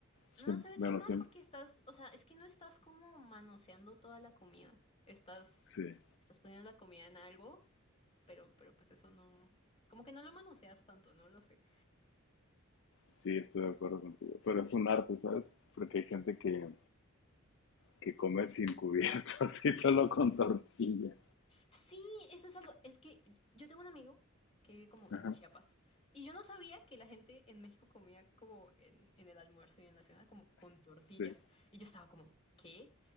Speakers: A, on the left; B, on the left.
A: Siem-
B: No, no se ve
A: Bueno,
B: tan mal
A: siem-
B: porque estás, o sea, es que no estás como manoseando toda la comida. Estás,
A: sí,
B: estás poniendo la comida en algo, pero, pero pues eso no, como que no lo manoseas tanto, no lo sé.
A: sí, estoy de acuerdo contigo. Pero es un arte, ¿sabes? Porque hay gente que, que come sin cubierto, <laughs> así solo con tortilla.
B: Sí, eso es algo. Es que yo tengo un amigo que vive como
A: Ajá,
B: en Chiapas. Y yo no sabía que la gente en México comía como en, en el almuerzo y en la cena como con tortillas.
A: sí.
B: Y yo estaba como, ¿qué?